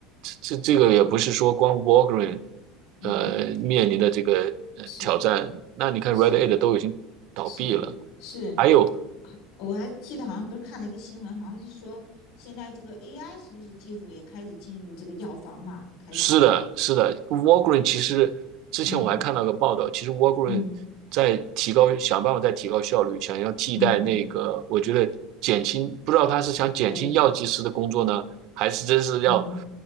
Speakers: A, on the right; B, on the left.
A: 这这个也不是说光 Walgreen，
B: 嗯，
A: 呃，面临的这个呃挑战。
B: 是的，
A: 那你看
B: 是
A: Red Aid 都已经倒闭了，
B: 是是是，
A: 还有。
B: 我还记得好像不是看了一个新闻，好像是说现在这个 AI 是不是技术也开始进入这个药房嘛？开始，
A: 是的，是的，Walgreen 其实之前我还看到个报道，
B: 嗯
A: 其实 Walgreen
B: 嗯
A: 在提高，想办法在提高效率，想要替代那个，
B: 嗯，
A: 我觉得减轻，不知道他是想减轻药剂师的工作呢，
B: 呃
A: 还是真是要
B: 嗯